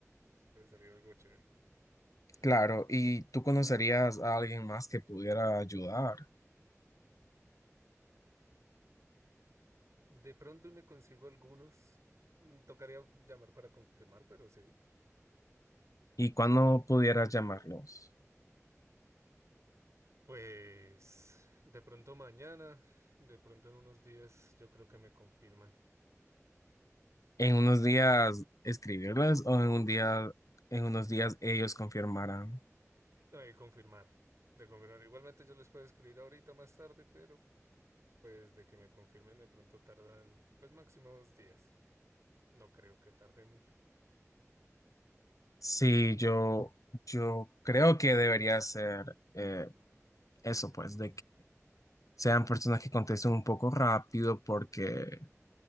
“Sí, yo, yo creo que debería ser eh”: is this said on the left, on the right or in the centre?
Left